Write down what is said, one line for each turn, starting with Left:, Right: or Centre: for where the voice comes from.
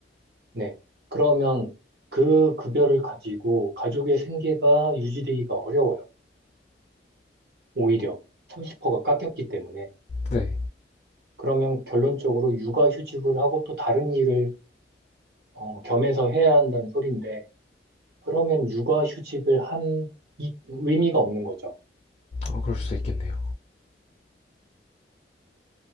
Right: 네. 그러면 그 급여를 가지고 가족의 생계가 유지되기가 어려워요. 오히려 30%가 깎였기 때문에.
Left: 네,
Right: 그러면 결론적으로 육아휴직을 하고 또 다른 일을 어, 겸해서 해야 한다는 소린데, 그러면 육아휴직을 한 이- 의미가 없는 거죠.
Left: 어, 그럴 수도 있겠네요.